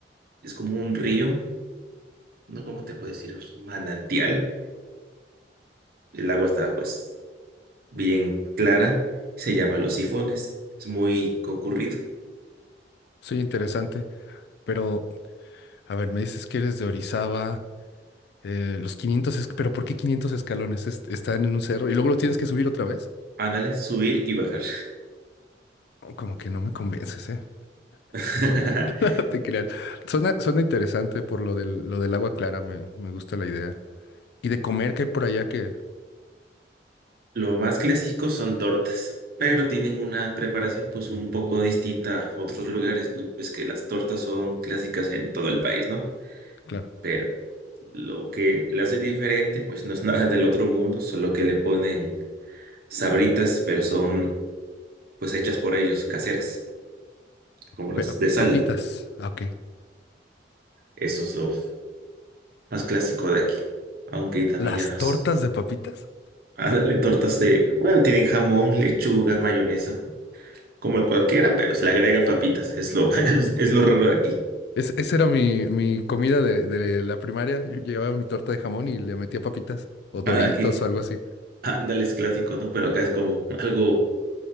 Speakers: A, on the right; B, on the left.
A: es como un río, ¿no? ¿Cómo te puedo decir? Es un manantial. El agua está pues bien clara. Se llama Los Sifones. Es muy concurrido.
B: Soy interesante, pero a ver, me dices que eres de Orizaba, eh, los 500, es- pero ¿por qué 500 escalones? Est- están en un cerro y luego lo tienes que subir otra vez.
A: Ándale, subir y bajar.
B: Como que no me convences, ¿eh?
A: <laughs>
B: <laughs> No te creas. Suena, suena interesante por lo del, lo del agua clara, me, me gusta la idea. Y de comer que hay por allá que,
A: Lo más clásico son tortas, pero tienen una preparación pues un poco distinta a otros lugares, ¿no? Pues que las tortas son clásicas en todo el país, ¿no?
B: claro,
A: pero Lo que la hace diferente, pues no es nada del otro mundo, solo que le ponen sabritas, pero son pues hechas por ellos, caseras, como las
B: pe-
A: de sal.
B: papitas. Ah, ok.
A: Eso es lo más clásico de aquí. Aunque también
B: Las
A: ya
B: tortas
A: s-
B: de papitas.
A: ah, dale tortas de, bueno, tienen jamón, lechuga, mayonesa, como cualquiera, pero se le agregan papitas. Es lo, <laughs> es, es lo raro de aquí.
B: Es- esa era mi, mi comida de, de la primaria. Yo llevaba mi torta de jamón y le metía papitas o Doritos
A: Ah, de aquí,
B: o algo así.
A: ándale, es clásico, ¿no? Pero acá es como algo